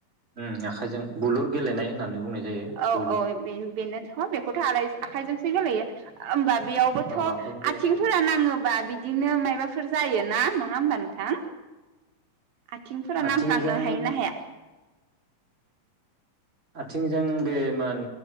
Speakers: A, on the right; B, on the right.
A: उम आखाइजों बुलुर गेलेनाय होननानै बुंनाय जायो
B: औ
A: बुलुर
B: औ बे बेनो। बेखौथ' आला आखाइजोंसो गोलैयो होमबा बेयावबोथ'
A: औ आखाइजों गेलेनाय
B: आथिंफोरा नाङोबा बिदि बिदिनो माबाफोर जायोना नङा होमबा नोंथां। आथिंफोरा
A: आथिंजों
B: नांफ्लांनो हायोना हाया।
A: आथिंजों बे मोन